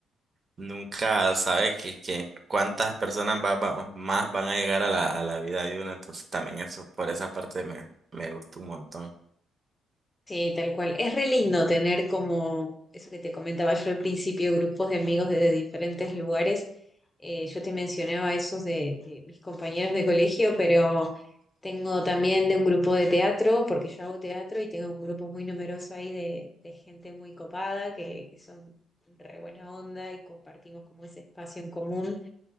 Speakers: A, on the right (about 35°); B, on the left (about 20°).
A: Nunca sabes que, que cuántas personas va- va- más van a llegar a la, a la vida de uno, entonces también eso, por esa parte me, me gusta un montón.
B: Sí, tal cual. Es re lindo tener como eso que te comentaba yo al principio, grupos de amigos desde diferentes lugares. Eh, yo te mencionaba esos de, de mis compañeros de colegio, pero tengo también de un grupo de teatro, porque yo hago teatro y tengo un grupo muy numeroso ahí de, de gente muy copada, que, que son re buena onda y compartimos como ese espacio en común.